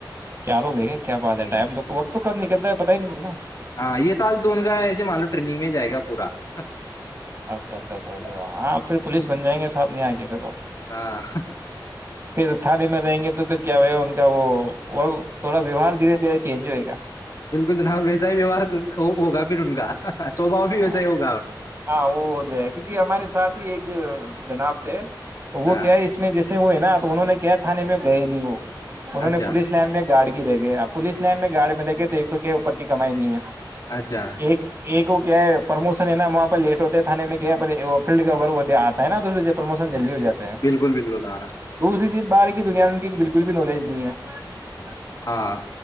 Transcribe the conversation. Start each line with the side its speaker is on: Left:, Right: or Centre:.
Right: چار ہو گئے کہ کیا بات
Left: گئے
Right: ہے ٹائم تو وقت تو کب ن چلتا ہے پتا ہی نہیں چلنا <inaudible>
Left: ہاں یہ سال تو ان کا ایسے م لو ٹرینگ میں جائے گا پورا <unintelligible>
Right: اچھا اچھا اچھا ہاں پھر پولیس بن جائ گے صاحب نہیں آ کے پھر وہ <unintelligible>
Left: ہاں <inaudible>
Right: پھر تھانے میں رہیں گے تو پھر کیا ہوئے گ ان کا وہ وہ تھوڑا ویوہار دھیرے دھیرے چینج ہوئے گا <unintelligible>
Left: بالکل جناب ویسا ہی ویوہار ہوگا پھر ان کا <unintelligible> بھی
Right: ہاں
Left: ویسا ہی ہوگا اور
Right: ہاں وہ ہو جائے کیونکہ ہمارے ساتھ ہی ایک <unintelligible> جناپتے <inaudible> تو وہ
Left: ہاں
Right: کیا ہے اس میں جیسے <unintelligible> ہوئے نا تو انہوں نے کیا تھاانے میں گئے ہی نہیں وہ <unintelligible> انہوں
Left: اچھا
Right: نے پولیس لائن میں گاڑی <unintelligible> رہ گئےپ پلیس لائن میں گاڑی میں لگے تو ایک تو کیا اوپر کی کمائی نہیں ہے <unintelligible>
Left: اچھا
Right: ایک ایک <inaudible> وہ کیا ہے پرموشن ہے نا وہاں پر لیٹ ہوتے ہیں تھاانے میں کیا ہے فیلڈ کاور وہ آتا ہےا تو اس پرموشن جلدی ہو <unintelligible> جاتے ہیں
Left: بالکل بالکل ہاں
Right: دوسری چیز باہر کی دنیا ان کی بالکل بھی نالج نہیں ہے
Left: ہاں